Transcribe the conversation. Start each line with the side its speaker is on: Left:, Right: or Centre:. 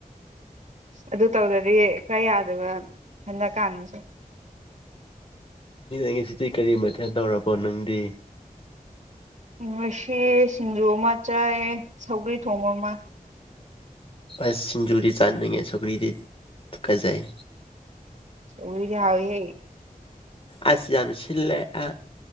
Right: ꯑꯗꯨ ꯇꯧꯗꯔꯗꯤ ꯀꯥꯗꯥꯏ ꯌꯥꯗꯣꯏꯕ ꯍꯟꯗꯛꯀꯥꯟꯁꯦ
Left: ꯉꯁꯤ <unintelligible> ꯗꯤ ꯀꯔꯤ ꯃꯊꯦꯜ ꯇꯧꯔꯕꯣ ꯅꯪꯗꯤ
Right: ꯉꯁꯤ ꯁꯤꯡꯖꯨ ꯑꯃ ꯆꯥꯏ ꯁꯧꯒ꯭ꯔꯤ ꯊꯣꯡꯕ ꯑꯃ
Left: ꯑꯁ ꯁꯤꯡꯖꯨꯗꯤ ꯆꯥꯥꯅꯤꯡꯉꯦ ꯁꯧꯒꯔꯤꯗꯤ ꯇꯨꯀꯠꯆꯩ
Right: ꯁꯧꯒ꯭ꯔꯤꯗꯤ ꯍꯥꯎꯋꯤꯍꯦ꯫
Left: ꯑꯁ ꯌꯥꯝ ꯁꯤꯜꯂꯦ ꯑ